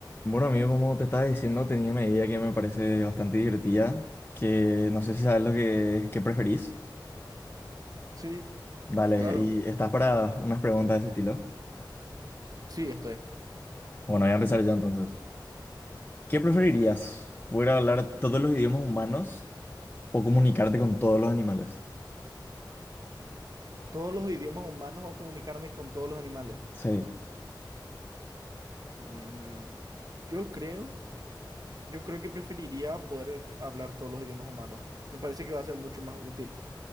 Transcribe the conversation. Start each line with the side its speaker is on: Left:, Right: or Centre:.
Left: Bueno, amigo, como te estaba diciendo, tenía una idea que me parece bastante divertida, que no sé si sabes lo que es, qué preferís.
Right: Sí,
Left: Dale,
Right: claro.
Left: y estás para unas preguntas de ese estilo.
Right: Sí, estoy.
Left: Bueno, voy a empezar yo entonces. ¿Qué preferirías? ¿Poder hablar todos los idiomas humanos o comunicarte con todos los animales?
Right: Todos los idiomas humanos o comunicarme con todos los animales.
Left: Sí.
Right: Mm, yo creo, yo creo que preferiría poder hablar todos los idiomas humanos. Me parece que va a ser mucho más útil.